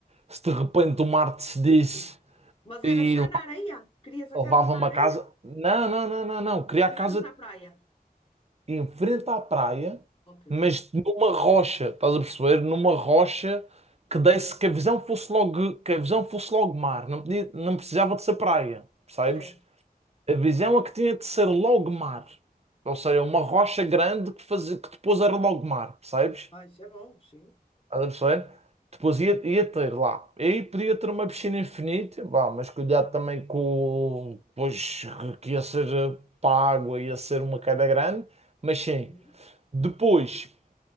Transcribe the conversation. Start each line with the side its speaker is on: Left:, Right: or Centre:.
Right: se de repente o mar decidisse
Left: Sim. Mas era
Right: e
Left: já na areia? Querias a
Right: levava-me
Left: casa na areia?
Right: a casa. Não, não, não, não, não. Queria
Left: Ou
Right: a casa
Left: Em frente à praia?
Right: em frente à praia,
Left: Ok,
Right: mas numa rocha, estás a perceber? Numa rocha que desse que a visão fosse logo, que a visão fosse logo mar, não podia- não precisava de ser praia, percebes?
Left: certo.
Right: A visão é que tinha de ser logo mar. Ou seja, uma rocha grande que, fazia, que depois era logo mar, percebes?
Left: Ah, isso é bom, sim.
Right: Estás a perceber? Depois ia, ia ter lá. E aí podia ter uma piscina infinita, vá, mas cuidado também com. Pois que ia ser eh, para a água, ia ser uma queda grande, mas sim.
Left: Hum.
Right: Depois